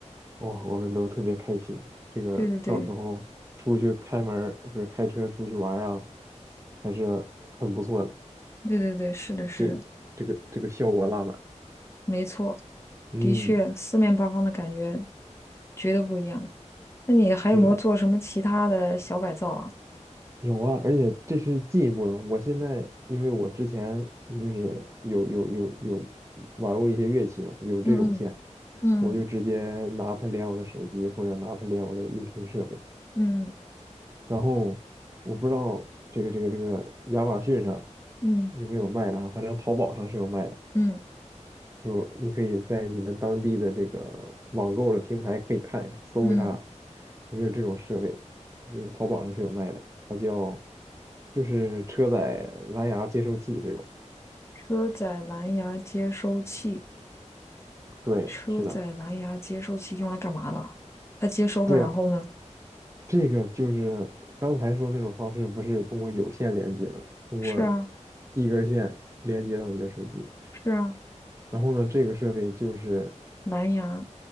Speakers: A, on the right; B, on the left.
A: 哦，我们都特别开心。这个到时候出去开门儿，
B: 对对对
A: 不是开车出去玩儿啊，还是很不错的。
B: 对对对，是的，是的，
A: 就这个这个效果拉满。
B: 没错，
A: 嗯，
B: 的确，四面八方的感觉绝对不一样。那你还有没有做什么其他的小改造啊？
A: 是的，有啊，而且这是进一步的。我现在因为我之前就是有有有有玩过一些乐器嘛，有这种线，
B: 嗯嗯
A: 我就直接拿它连我的手机或者拿它连我的音频设备。
B: 嗯
A: 然后我不知道这个这个这个亚马逊上
B: 嗯
A: 有没有卖的啊，反正淘宝上是有卖的，
B: 嗯嗯嗯。
A: 就你可以在你们当地的这个网购的平台可以看一下，搜一下
B: 嗯
A: 有没有这种设备，就是淘宝上是有卖的，它叫就是车载蓝牙接收器这种。
B: 车载蓝牙接收器，
A: 对，
B: 车载蓝牙接收器用来干嘛的啊它接收了，
A: 是的，对呀、
B: 然后呢？
A: 这个就是刚才说那种方式，不是通过有线连接的，通过
B: 是啊，
A: 一根线连接到你的手机。
B: 是啊，
A: 然后呢，这个设备就是
B: 蓝牙，